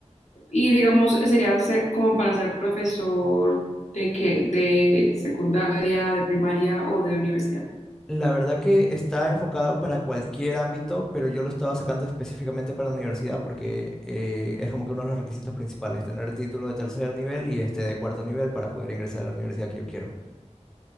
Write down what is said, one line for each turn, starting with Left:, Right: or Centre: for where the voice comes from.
Left: Y digamos, sería ser- como para ser profesor de qué, de secundaria, de primaria o de universidad.
Centre: La verdad que está enfocado para cualquier ámbito, pero yo lo estaba sacando específicamente para la universidad porque eh, es como que uno de los requisitos principales, tener título de tercer nivel y este de cuarto nivel para poder ingresar a la universidad que yo quiero.